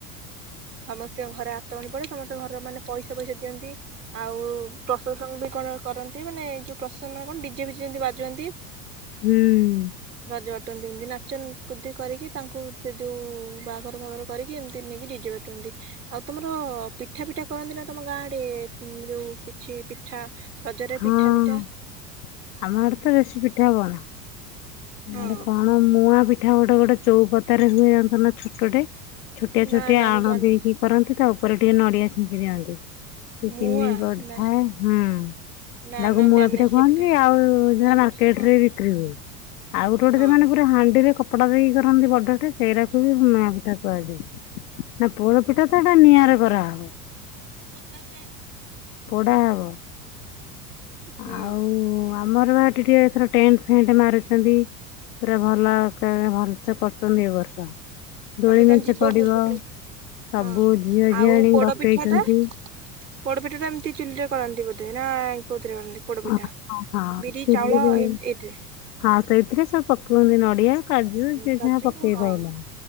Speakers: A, on the right (about 90°); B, on the left (about 70°).
A: ସମସ୍ତଙ୍କ ଘରେ ବର୍ତ୍ତ ପଡେ ସମସ୍ତେ ଘରର ମାନେ ପଇସା ପଇସା ଦିଅନ୍ତି ଆଉ ପ୍ରସେସନ ବି କଣ କରନ୍ତି ମାନେ ଯୋଉ ପ୍ରସେସନ ମାନେ କଣ ଡିଜେ ବିଜେ ଯେମିତି ବାଜନ୍ତି,
B: ହୁଁ
A: ରଜ ଟନ୍ତି ଏମିତି ନାଚ କୁଦି କରିକି ତାଙ୍କୁ ସେ ଯେଉ ବାହାଘର ଫାଘର କରିକି ଏମିତି ନେଇକି ଡିଜେ ବାଟନ୍ତି ଆଉ ତମର ପିଠା ଫିଠା କରନ୍ତି ନା ତମ ଗାଁଡେ ଯୋଉ କିଛି ପିଠା ରଜରେ
B: ହଁ
A: ପିଠା ଫିଠା
B: ଆମ ଆଡେ ତ ବେଶୀ ପିଠା ହଉନା ଆମ
A: ହଁ
B: ଆଡ଼େ କଣ ମୁଆଁ ପିଠ ଏଠା ଗୋଟେ ଗୋଟେ ଚଉପାତାରେ ହୁଏ ଯାଣିନ୍ତନା ଛୋଟଟେ ଛୋଟିଆ
A: ନା
B: ଛୋଟିଆ
A: ନା
B: ଆଣ
A: ମୁଁ ଜାଣିନି।
B: ଦେଇକି କରନ୍ତି, ତା ଉପରେ ଟିକେ ନଡିଆ ଛିଞ୍ଚି ଦିଅନ୍ତି। ସେ
A: ମୁଆଁ
B: ଚିନି ପଡିଥାଏ
A: ନା
B: ହୁଁ
A: ନା
B: ତାକୁ
A: ନା
B: ମୁୂଆ
A: ଜାଣିନି
B: ପିଠା
A: ସେ
B: କୁହନି ଆଉ
A: ମୁଆଁ
B: ଜ
A: ପିଠା
B: ମାର୍କେଟ
A: ହଁ
B: ରେ ବିକ୍ରି ହୁଏ। ଆଉ ଗୋ ଗୋଟେ
A: ହଁ
B: ସେ ମମାନେ ପୁର ହାଣ୍ଡିରେ କପଡ଼ା ଦେଇକ କରନ୍ତି ବର୍ଡ଼ରଟେ ସେଇଟାକୁ ବି ମ ପିଠା କୁହାଯାଏ ନା ପୋଡ ପିଠା ତ ଏଇଟା ନିଆରା ବରାବ <inaudible>
A: ଏ ପକା
B: ପୋଡା ହବ
A: ହୁଁ
B: ଆଉ ଆମର ବାଟି ଟିକେ ଏଥର ଟେଣ୍ଟ ଫେଣ୍ଟ ମାରୁଛନ୍ତି ପୁରା ଭଲ ଭଲସ କରୁଛନ୍ତି ଏ ବର୍ଷ ଦୋଳି
A: ତମେ ତାମେ
B: ମେଞ୍ଚେ
A: ଯିବ
B: ପଡିବ
A: ବୁଲ ହଁ
B: ସବୁ ଝିଅ
A: ଆଉ
B: ଝିଆଣି
A: ପୋଡପିଠା
B: ଡକେଇଛନ୍ତି।
A: ଟା ପୋଡପିଠା ଟା ଏମିତି ଚୁଲିରେ କରନ୍ତି ବୋଧେ ନା ପୋଡ଼ପିଠା
B: ହଁ ହଁ
A: ବିରି
B: ଚୁଲିରେ
A: ଚାଉଳ ଏଇଠି
B: ହଁ ସେଇଥିରେ ସବ ପକେଇନ୍ତି ନଡିଆ କାଜୁ
A: ହୁଁ
B: ଯି
A: କାଜୁ
B: ଯାହା ପକେଇ
A: ହଁ
B: ପାରଲା